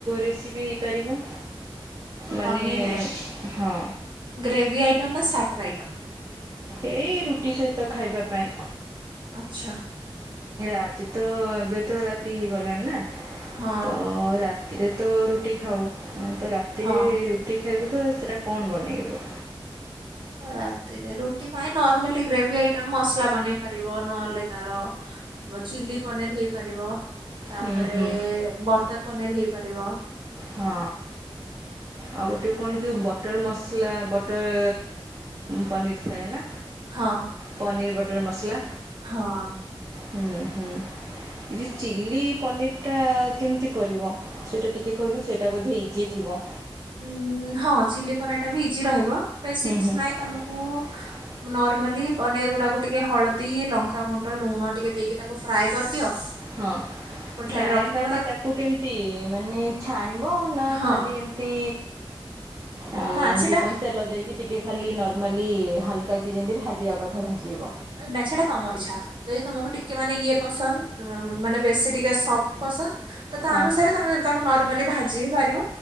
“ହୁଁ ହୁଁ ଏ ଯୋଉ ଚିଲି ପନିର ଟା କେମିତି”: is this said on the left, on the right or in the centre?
Right